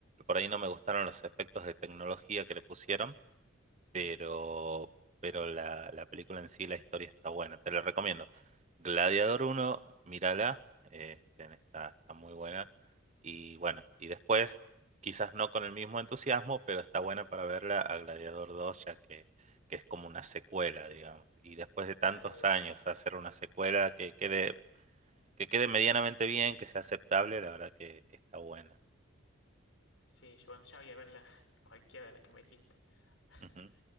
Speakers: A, on the right; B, on the left.
A: Por ahí no me gustaron los efectos de tecnología que le pusieron, pero,
B: Mm, sí,
A: pero la, la película en sí, la historia está buena, te la recomiendo. Gladiador
B: ok.
A: uno mírala, eh, ten- está, está muy buena. Y bueno, y después, quizás no con el mismo entusiasmo, pero está buena para verla a Gladiador dos ya que, que es como una secuela, digamos. Y después de tantos
B: Dale, dale.
A: años hacer una secuela que quede, que quede medianamente bien, que sea aceptable, la verdad que, que está buena.
B: Sí, yo bueno, ya voy a ver la, <laughs> cualquiera de las que me dijiste. <laughs>
A: Ujú.